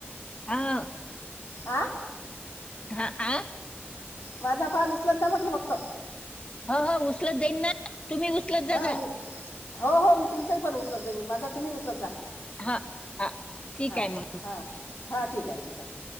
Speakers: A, on the left; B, on the left.
A: हा.
B: आ
A: हा आ.
B: माझा कॉल उचलत जा म्हटलं फक्त.
A: हो हो उचलत जाईन ना तुम्ही उचलत
B: हां
A: जा जा.
B: मी हो हो मी तुमचाही पण उचलत जाईन माझ तुम्ही उचलत जा.
A: हा हा ठीक
B: हा
A: आहे मग
B: हा हा ठीक आहे. ठीक आहे.